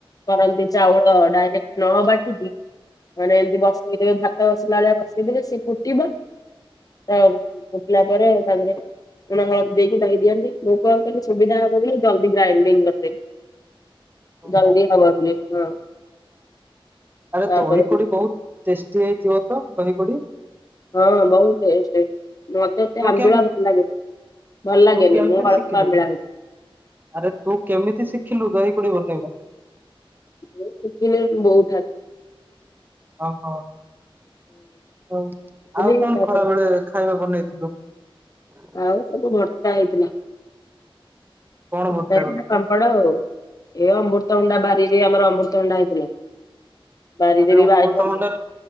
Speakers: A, on the left; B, on the right.
A: କରନ୍ତି ଚାଉଳ ଡାଇରେକ୍ଟ୍ ନ ବାଟିକି। ମାନେ ଏମିତି ବସେଇଦେବେ ଭାତ ବସିଲା ଭଳିଆ ବସେଇଦେବେ ସିଏ ଫୁଟିବ। ତ ଫୁଟିଲା ପରେ ତା ଦେହରେ ଲୁଣ ହଳଦୀ ଦେଇକି ଦହି ଦିଅନ୍ତି। ମୁଁ କଣ କହିଲି ସୁବିଧା ହବ ବୋଲି ଜଲଦି ଗ୍ରାଇଣ୍ଡିଙ୍ଗ୍ କରିଦେବି। ଜଲଦି
B: ହଁ
A: ହବ ବୋଲିି ହଁ।
B: ଆରେ
A: ତାପରେ
B: ଦହି କଡି ବହୁତ ଟେଷ୍ଟି ହେଇଥିବ ତ ଦହି କଡି।
A: ହଁ ବହୁତ୍ ଟେଷ୍ଟେ। ମତ୍ ତେତେ
B: ତୁ
A: ଆମ୍ବିଳା
B: କେମ
A: ଭଲ ଲାଗେ ଭଲ ଲାଗେନି।
B: ତୁ କେମିତି
A: ମୁଁ ଅଳ୍ପ
B: ଶିଖିଲୁ
A: ଆମ୍ବିଳା ନଉଚି।
B: ଆରେ ତୁ କେମିତି ଶିଖିଲୁ ଦହି କଡି ବନେଇବା?
A: ମୁଁ ଶିଖିଲି ବୋଉଠାରୁ।
B: ଓହୋ ହଉ
A: ଶିଖିଲି
B: ଆଉ କଣ
A: ତାପରେ
B: ଖରାବେଳେ ଖାଇବା ବନେଇଥିଲୁ? <unintelligible>
A: ଆଉ ସବୁ ଭର୍ତ୍ତା ହେଇଥିଲା।
B: କଣ
A: <unintelligible>
B: ଭର୍ତ୍ତା କରିଥିଲୁ
A: ପାମ୍ପଡ ଆଉ। ଏ ଅମୃତ ଅଣ୍ଡା ବାରିରେ ଆମର ଅମୃତ ଅଣ୍ଡା ହେଇଥିଲା। ବାରିରେ
B: ତତେ
A: ବି
B: ଅମୃତଭଣ୍ଡା
A: ବାଇଗଣ